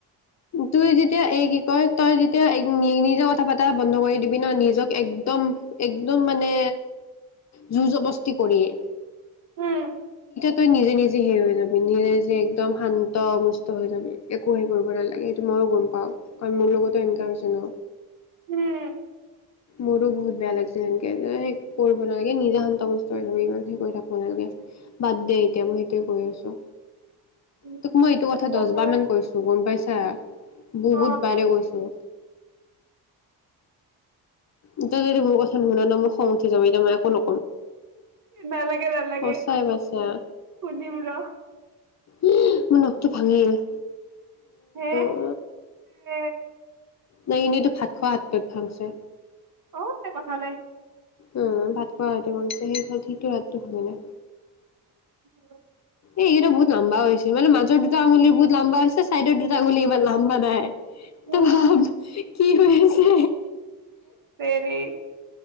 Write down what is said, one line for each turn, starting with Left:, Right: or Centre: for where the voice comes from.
Left: তই যেতিয়া এই কি কয় তই যেতিয়া নি নিজে কথা পতা বন্ধ কৰি দিবি ন নিজক একদম একদম মানে জোৰ জবস্তি কৰিয়ে
Right: উম
Left: তই নিজে নিজে হেই হৈ যাবি নিজে নিজে একদম শান্তমুষ্ট হৈ যাবি একো হেইৰি কৰিব নালাগে এইটো মইয়ো গম পাও কাৰণ মোৰ লগতো এনেকা হৈছে ন
Right: উম
Left: মোৰো বহুত বেয়া লাগিছে তেনেকে সেই কৰিব নালাগে নিজে শান্তমুষ্ট্ত হৈ লে ইমান সেই কৰি থাকিব নালাগে বাদ দে এতিয়া মই সেইটোৱে কৈ আছো।
Right: উম
Left: তোক মই এইটো
Right: সেইটো
Left: কথা দহ
Right: হয়
Left: বাৰ মান কৈছো গম পাইছা বহুত
Right: অ
Left: বাৰে কৈছো এতিয়া যদি মোৰ কথা নুশুনা মোক খং উঠ যাব এতিয়া
Right: নালাগে নালাগে
Left: অ চাই পাইছা।
Right: সুধিম ৰ
Left: উ মোৰ নখটো ভাঙিল।
Right: হে
Left: অ
Right: এ
Left: নাই এনেইতো ভাত খোৱা হাত পেট ভাংছে
Right: বহুত তে কথা নাই
Left: উ ভাত খোৱাটো বনছে সেই সেইটো ৰাটো হয় নে।
Right: উ <unintelligible>
Left: এইকেইটা বহুত লম্বা হৈছিল মানে মাজৰ দুটা আঙুল বহুত লম্বা হৈছে ছাইদৰ দুটা আঙুলি ইমান লাম্বা নাই।
Right: উম,
Left: তো ভাব কি হৈছে
Right: চেৰি